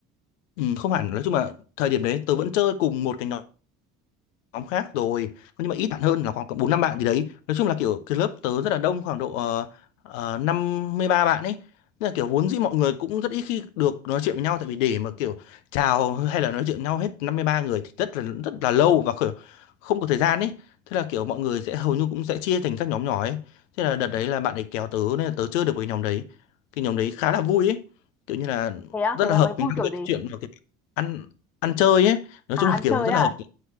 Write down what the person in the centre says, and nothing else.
thế á
thế là
mày vui
kiểu
gì
à
ăn
chơi
à